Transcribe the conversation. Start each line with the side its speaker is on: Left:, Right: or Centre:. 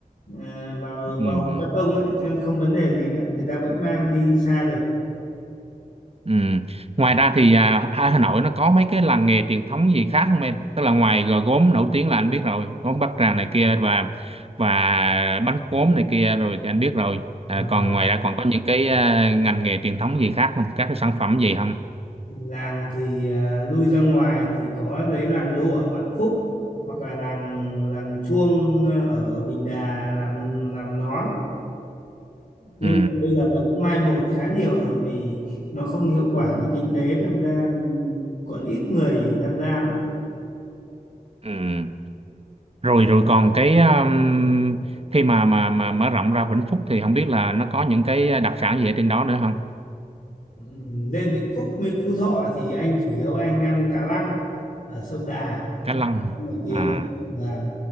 Left: à, vào
Right: ừ.
Left: vào hộp cắt tông ấy cho nên không vấn đề gì cả người ta vẫn mang đi xa được
Right: Ừ. Ngoài ra thì à, Hà Hà Nội nó có mấy cái làng nghề truyền thống gì khác không em? Tức là ngoài gò gốm nổi tiếng là anh biết rồi, gốm Bát Tràng này kia và và bánh cốm này kia rồi thì anh biết rồi. À,
Left: và
Right: còn ngoài ra còn có những cái à, ngành nghề truyền thống gì khác không? Các cái sản phẩm gì không?
Left: làng thì à, lui ra ngoài thì có lấy làng lụa ở Vạn Phúc hoặc là làng làng chuông à, ở Bình Đà làm làm nón nhưng
Right: Ừ.
Left: mà bây giờ nó cũng mai một khá nhiều rồi vì nó không hiệu quả về kinh tế tham gia còn ít người tham gia lắm
Right: Ừ. Rồi rồi còn cái um, khi mà mà mà mở rộng ra Vĩnh Phúc thì không biết là nó có những cái đặc sản gì ở trên đó nữa không?
Left: Ừ, lên Vĩnh Phúc lên Phú Thọ thì anh chủ yếu anh ăn cá lăng ở sông Đà
Right: Cá
Left: là
Right: lăng.
Left: món nổi tiếng
Right: À
Left: và